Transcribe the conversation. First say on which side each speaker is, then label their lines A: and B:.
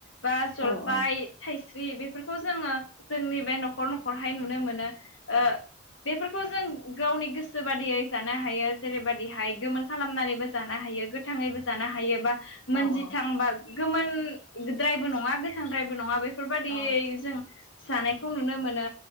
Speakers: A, on the left; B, on the left.
A: बा
B: औ
A: जलफाय थाइस्रि बेफोर जोङो जोंनि बे न'खर नखर हाय नु नुनो मोनो ओ बेफोरखौ जों गावनि गोसो बादियै जानो हायो जेरैबायदि हाय गोमोन खालामनानैबो जानो हायो गोथाङैबो जानो हायो बा मोनजिथां
B: औ
A: बा गोमोन द्रायबो नङा गोथांद्रायबो नङा बेफोरबादियै
B: औ
A: जानायखौ नुनो मोनो